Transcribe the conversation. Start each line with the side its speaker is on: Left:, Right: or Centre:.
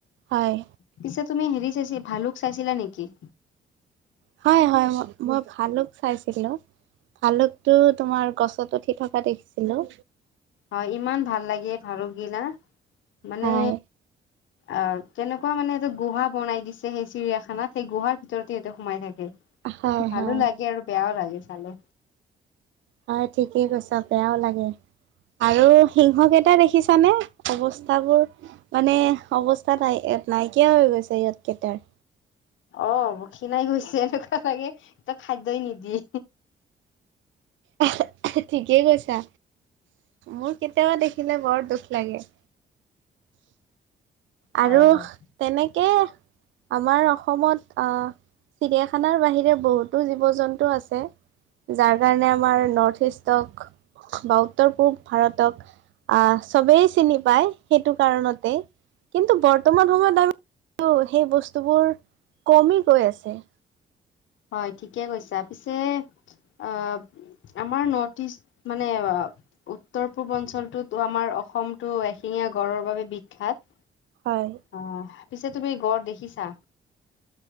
Right: হয়
Left: পিছে, তুমি হেৰি চাইছ ভালুক চাইছিলা নেকি?
Right: হয়-হয় ম মই ভালক চাইছিলোঁ। ভালুকটো তোমাৰ গছত উঠি থকা দেখিছিলোঁ।
Left: হয়, ইমান ভাল লাগে ভালুক গিনা মানে
Right: হয়
Left: অ' তেনেকুৱা মানে এইটো গুহা বনাই দিছে সেই চিৰিয়াখানাত সেই গুহাৰ ভিতৰতে সিহঁতে সোমাই থাকে।
Right: হয়
Left: ভালো
Right: হয়।
Left: লাগে আৰু বেয়াও লাগে চালে।
Right: হয় ঠিকে কৈছা, বেয়াও লাগে। আৰু সিংহকেইটা দেখিছানে অৱস্থাবোৰ। মানে, অৱস্থা নাই নাইকিয়া হৈ গৈছে ইহতকেইটাৰ।
Left: অ' ক্ষিণাই গৈছে এনেকুৱা, লাগে তাত খাদ্যই নিদিয়ে।
Right: অ' ঠিকেই কৈছা। মোৰ কেতিয়াবা দেখিলে বৰ দুখ লাগে। আৰু
Left: হয় হয়
Right: তেনেকে আমাৰ অসমত অ' চিৰিয়াখানাৰ বাহিৰে বহুতো জীৱ জন্তু আছে। যাৰ কাৰণে আমাৰ নৰ্থ ইষ্টক বা উত্তৰ পূব ভাৰতক আহ চবেই চিনি পায়। সেইটো কাৰণতে কিন্তু বৰ্তমান সময়ত আমি সেই বস্তুবোৰ কমি গৈ আছে।
Left: হয় ঠিকে কৈছা পিছে অ' আমাৰ নৰ্থ ইষ্ট মানে উত্তৰ পূ্ব অঞ্চলটোতো আমাৰ অসমতটো এশিঙীয়া গড়ৰ বাবে বিখ্যাত।
Right: হয়।
Left: অ' পিছে তুমি গড় দেখিছা।